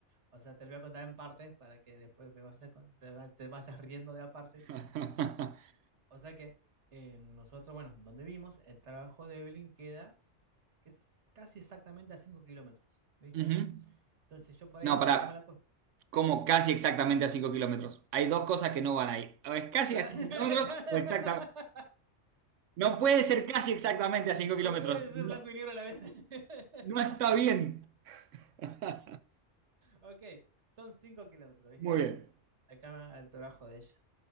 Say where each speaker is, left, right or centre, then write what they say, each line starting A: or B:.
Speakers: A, on the right; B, on the right.
A: O sea, te lo voy a contar en partes para que después me vayas con- te, va- te vayas riendo de a partes.
B: <laughs>
A: O sea que eh, nosotros, bueno, donde vimos, el trabajo de Evelyn queda que es casi exactamente a 5 kilómetros, ¿viste?
B: Ujú.
A: Entonces yo por
B: No,
A: ahí
B: para
A: tenemos la costumbre.
B: como casi exactamente a 5 kilómetros. Hay dos cosas que no van ahí. O es casi
A: Claro,
B: a 5
A: <laughs>
B: kilómetros o exactamente. No puede ser casi exactamente a 5 kilómetros.
A: no puede ser
B: No,
A: blanco y negro a la vez. <laughs>
B: no está bien. <laughs>
A: Ok, son 5 kilómetros, ¿viste?
B: Muy bien.
A: Acá al trabajo de ella.